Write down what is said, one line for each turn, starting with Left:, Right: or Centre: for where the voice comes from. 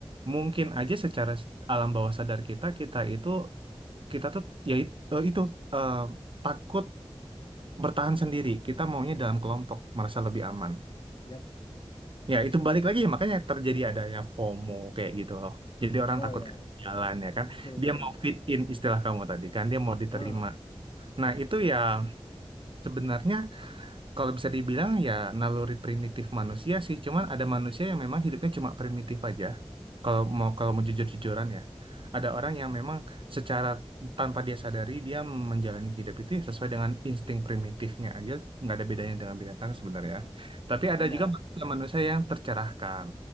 Right: Mungkin aja secara s- alam bawah sadar kita, kita itu kita tuh ya it- eh, itu eh, takut bertahan sendiri. Kita maunya dalam kelompok, merasa lebih aman.
Left: Yap.
Right: Ya itu balik lagi ya, makanya terjadi adanya FOMO kayak gitu loh. Jadi orang
Left: Oh
Right: takut
Left: ya,
Right: ketinggalan ya kan.
Left: betul,
Right: Dia
Left: betul,
Right: mau
Left: betul.
Right: fit in istilah kamu tadi kan, dia mau diterima.
Left: Ah,
Right: Nah itu ya sebenarnya Kalau bisa dibilang ya naluri primitif manusia sih, cuman ada manusia yang memang hidupnya cuma primitif aja. Kalau mau kalau mau jujur-jujuran ya. Ada orang yang memang secara tanpa dia sadari dia menjalani hidup itu ya sesuai dengan insting primitifnya aja, nggak ada bedanya dengan binatang sebenarnya. Tapi
Left: ada.
Right: ada juga manusia manusia yang tercerahkan.